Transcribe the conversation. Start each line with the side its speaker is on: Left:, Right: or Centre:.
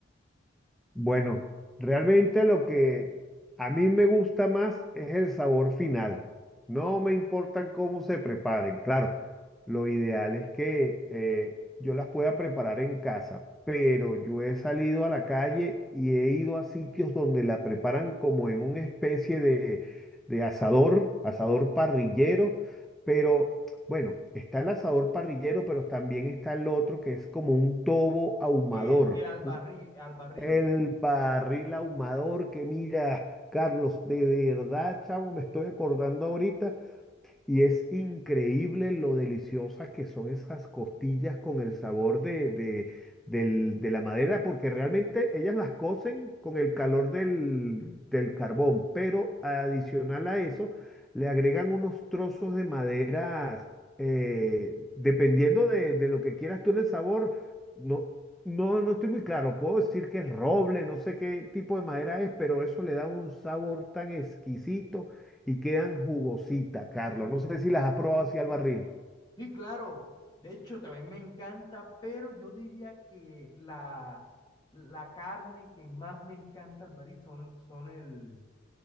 Centre: Bueno, realmente lo que a mí me gusta más es el sabor final. No me importa cómo se preparen. Claro, lo ideal es que eh, yo las pueda preparar en casa, pero yo he salido a la calle y he ido a sitios donde la preparan como en una especie de, de asador, asador parrillero, pero... Bueno, está el asador parrillero, pero también está el otro que es como un tobo ahumador.
Left: El, el al barril,
Centre: Un-
Left: al barril.
Centre: el barril ahumador que mira, Carlos, de verdad, chavo, me estoy acordando ahorita y es increíble lo deliciosas que son esas costillas con el sabor de, de, del- de la madera, porque realmente ellas las cocen con el calor del, del carbón, pero adicional a eso, le agregan unos trozos de madera, eh, dependiendo de, de lo que quieras tú en el sabor. No, no, no estoy muy claro, puedo decir que es roble, no sé qué tipo de madera es, pero eso le da un sabor tan exquisito y quedan jugositas, Carlos. No sé si las has probado así al barril.
Left: Sí, claro. De hecho, también me encanta, pero yo diría que la, la carne que más me encanta al barril son, son el,